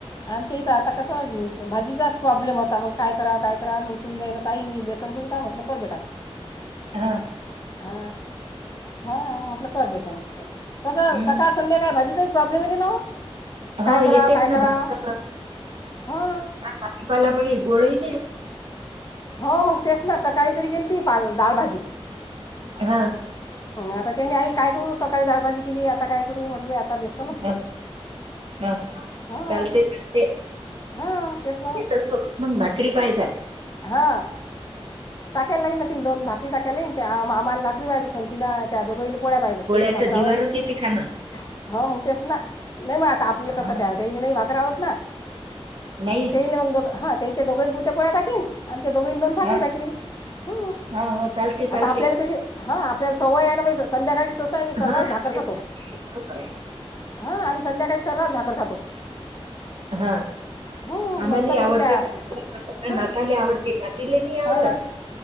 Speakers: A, on the left; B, on the right.
A: आमच्या इथं आता कसं भाजीचाच प्रॉब्लेम होता मग <unintelligible> <inaudible> काय करा काय करा मग सुून बन तई मी वेसन करुरून काय म्हटलं कर बेटा <unintelligible> <unintelligible>
B: हा <unintelligible> <inaudible>
A: हा हा म्हटलं कर बेस तर कस
B: हम्
A: सकाळ संध्याकाळ भाजी जा प्रॉब्लेम येत ना
B: हो
A: काय करावं
B: येतेच
A: काय करावं
B: ना भाज प्रमा
A: हां
B: कार भाजीपाला प गोळ <unintelligible> <unintelligible>
A: हो मग तेच ना सकाळी तरी गेल त <unintelligible> <unintelligible> ाळभजी
B: हा
A: आता त्यानी आई काय करू <unintelligible> सकाळी डाळभजी केली आता काय करू म्हटलं आता बेसनच
B: हा
A: कर <inaudible> <unintelligible>
B: हा
A: हां
B: चालते चालते
A: हां तेच
B: <unintelligible> दिसत सोत मग भाकरी पाहिजात <unintelligible> <unintelligible>
A: हा टाक्या लाईनतील दोन भाकरी टाक्या लाईन <unintelligible> <unintelligible> आम्हाला भाकरी पाहिज पण तिला त्या दोघईली पोळ्या पाहिजेत
B: पोळ्या
A: ति भाकरी
B: तर जीवारच
A: आवत <unintelligible>
B: येते खाणं
A: <unintelligible> हो मग तेच ना नाही मग आता आपलं कसं
B: हा,
A: त्यावत नाही भाकरा आवत ना <unintelligible> <unintelligible>
B: नाही
A: तेल मग दो हा तेलचे दोघंही पुरते पोळ टा क आमच्या दोघ दोन भाकरी
B: हा
A: टाकल ह
B: हा हो चालते
A: आता
B: चालते
A: आपल्याला कशी हा आपल्याला सवय ना संध्याकाळ तस आहे मी सर्ास
B: हा
A: भाकर खातो
B: बरोबर आहे
A: हा आम्ही संध्याकाळी <unintelligible> <unintelligible> सरस झााकरल खातो <unintelligible> <unintelligible>
B: हा <unintelligible>
A: हो
B: <inaudible> आम्हाला
A: मग पण मग
B: आवडते
A: त्या
B: नाताले
A: हो
B: आवडते नातीला
A: हो
B: आवडत
A: ना